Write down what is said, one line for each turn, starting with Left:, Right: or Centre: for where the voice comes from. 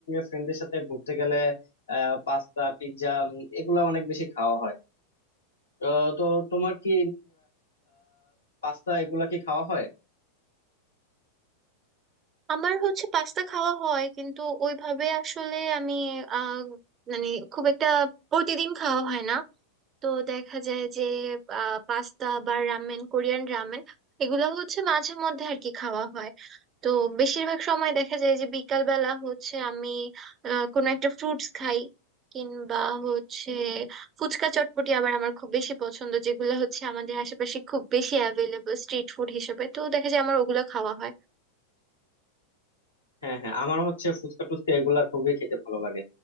Left: ফ্রেন্ডের সাথে ঘুরতে গেলে পাস্তা পিৎজা এগুলা অনেক বেশি খাওয়া হয় তো তো তোমার কি পাস্তা এগুলা কি খাওয়া হয়
Right: আমার হচ্ছে পাস্তা খাওয়া হয় কিন্তু ওইভাবে আসলে আমি আহ মানে খুব একটা প্রতিদিন খাওয়া হয় না তো দেখা যায় যে পাস্তা বা রামেন কোরিয়ান রামেন এগুলো হচ্ছে মাঝে মধ্যে আর কি খাওয়া হয় তো বেশিরভাগ সময় দেখা যায় যে বিকাল বেলা হচ্ছে আমি আহ, কোনো একটা ফ্রুটস খাই কিংবা হচ্ছে ফুচকা চটপটি আবার আমার খুব বেশি পছন্দ যেগুলো হচ্ছে আমাদের আশেপাশে খুব বেশি অ্যাভেলেবল স্ট্রিট ফুড হিসেবে তো দেখা যায় আমার ওগুলো খাওয়া হয়
Left: হ্যাঁ হ্যাঁ আমার হচ্ছে ফুচকা টুচকা এগুলা খুবই খেতে ভালো লাগে